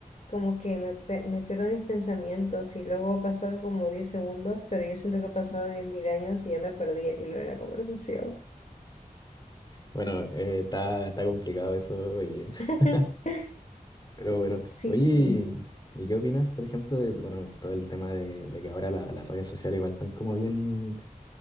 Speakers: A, on the left; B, on the left.
A: como que me, pe- me pierdo mis pensamientos y luego ha pasado como 10 segundos, pero yo siento que ha pasado 10.000 años y ya me perdí el hilo de la conversación.
B: Bueno, eh, está, está complicado eso, oye.
A: <laughs>
B: <laughs> Pero bueno,
A: Sí,
B: oye, ¿y
A: sí.
B: y qué opinas, por ejemplo, de bueno, todo el tema de, de que ahora la- las redes sociales igual están como bien,